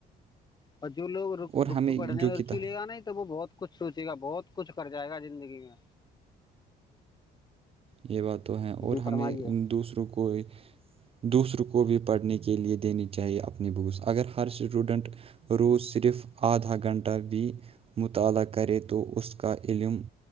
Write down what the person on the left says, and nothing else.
اور جو لو بکس
پڑھنے
کا
رچو لے گا ن تو وہ بہت کچھ سوچے گا بہت کچھ کر جائے گا زندگی میں
جی فرمائیے